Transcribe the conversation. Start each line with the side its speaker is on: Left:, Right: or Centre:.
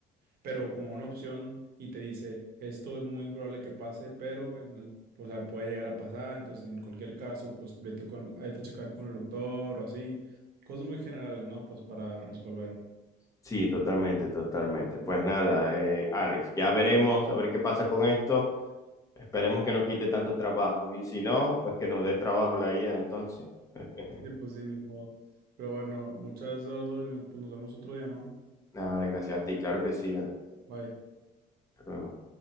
Right: pero como una opción y te dice, esto es muy improbable que pase, pero en el- o sea, puede llegar a pasar, entonces en cualquier caso, pues vete con, vete a checar con el doctor o así, cosas muy generales, ¿no? Pues para resolver.
Left: Sí, totalmente, totalmente. Pues nada, eh, Alex, ya veremos a ver qué pasa con esto. Esperemos que no quite tantos trabajos y si no, pues que nos dé trabajo la IA entonces. <laughs>
Right: Sí, pues sí, ni modo. Pero bueno, muchas gracias, Eduardo, y nos, pues, nos vemos otro día, ¿no?
Left: Nada, gracias a ti, claro que sí, Alex.
Right: Bye.
Left: Hasta luego.